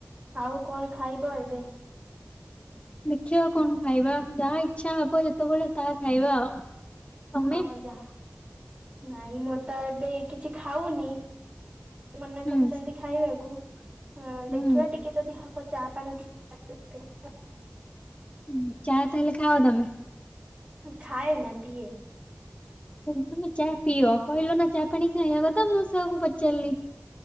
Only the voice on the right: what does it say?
ଆଉ କଣ ଖାଇବ ଏବେ
ହଁ ଯା ନାଇଁ ମୁଁ ତ ଏବେ କିଛି ଖାଉନି? ମନା
କରିଛନ୍ତି ଖାଇବାକୁ ହୁ ହଁ
ଦେଖିବା ଟିକେ ଯଦି ହ ଚା ପାଣି ଟିକେ <inaudible>
ଖାଏ ନା ପିଏ।